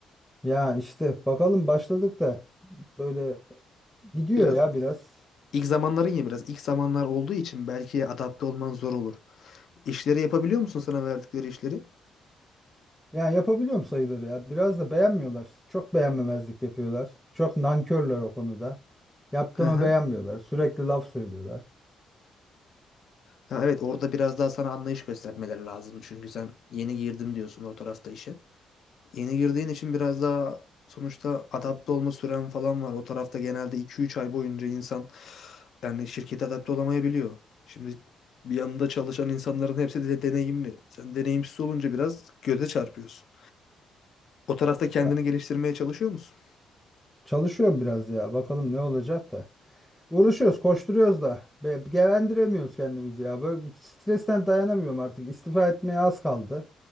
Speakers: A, in the centre; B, on the left.
A: Ya işte bakalım başladık da böyle gidiyor
B: Biraz
A: ya biraz.
B: ilk zamanların ya biraz ilk zamanlar olduğu için belki adapte olman zor olur. İşleri yapabiliyor musun sana verdikleri işleri?
A: Ya yapabiliyorum sayıları ya. Biraz da beğenmiyorlar. Çok beğenmemezlik yapıyorlar. Çok nankörler o konuda. Yaptığımı
B: Hı hı.
A: beğenmiyorlar. Sürekli laf söylüyorlar.
B: Ha, evet orada biraz daha sana anlayış göstermeleri lazım. Çünkü sen yeni girdim diyorsun o tarafta işe. Yeni girdiğin için biraz daha sonuçta adapte olma süren falan var. O tarafta genelde iki üç ay boyunca insan yani şirkete adapte olamayabiliyor. Şimdi bir yanında çalışan insanların hepsi de deneyimli. Sen deneyimsiz olunca biraz göze çarpıyorsun. O tarafta kendini
A: Ya
B: geliştirmeye çalışıyor musun?
A: çalışıyorum biraz ya. Bakalım ne olacak da. Uğraşıyoruz, koşturuyoruz da. Be gevendiremiyoruz kendimizi ya. Böyle bir stresten dayanamıyorum artık. İstifa etmeye az kaldı.